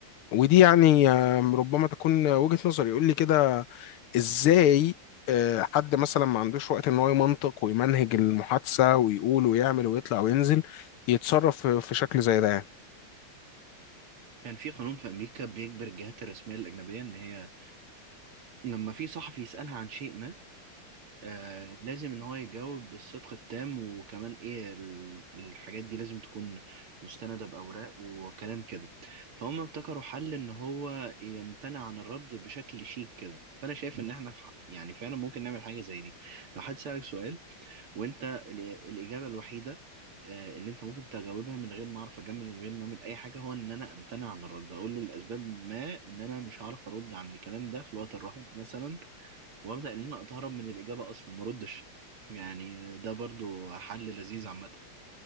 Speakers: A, on the left (about 80°); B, on the right (about 80°).
A: ودي يعني آم، ربما تكون وجهة نظري يقول لي كده ازاي آه، حد مثلا ما عندوش وقت ان هو يمنطق ويمنهج المحادثة ويقول ويعمل ويطلع وينزل يتصرف في في شكل زي ده يعني
B: كان في قانون في امريكا بيجبر الجهات الرسميه الاجنبيه ان هي لما في صحفي يسالها عن شيء ما آه لازم ان هو يجاوب بالصدق التام وكمان ايه ال- الحاجات دي لازم تكون مستندة بأوراق وكلام كده فهم ابتكروا حل ان هو يمتنع عن الرد بشكل شيك كده فانا شايف ان احنا في ح- يعني فعلا ممكن نعمل حاجة زي دي لو حد سألك سؤال وانت ال- الإجابة الوحيدة آه، اللي انت ممكن تجاوبها من غير ما اعرف اجمل ومن غير ما اعمل اي حاجه هو ان انا امتنع عن الرد اقول له لاسباب ما ان انا مش هعرف ارد عن الكلام ده في الوقت الراهن مثلا وابدا ان انا اتهرب من الاجابه اصلا ما اردش يعني ده برضو حل لذيذ عامه